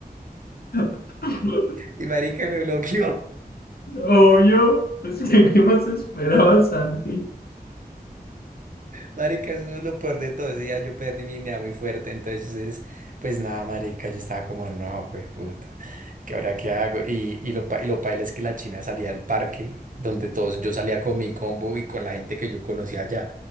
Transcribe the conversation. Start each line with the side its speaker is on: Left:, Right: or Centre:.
Left: <laughs>
Right: Y marica me bloqueó.
Left: Obvio, pues, ¿qué, qué más esperaba, Santi?
Right: Marica, eso no es lo peor de todo. Ese día yo perdí mi dignidad muy fuerte. Entonces, pues nada, marica, yo estaba como, no, puta, ¿qué ahora qué hago? Y, y lo, pa- y lo paila es que la China salía al parque donde todos, yo salía con mi combo y con la gente que yo conocía allá.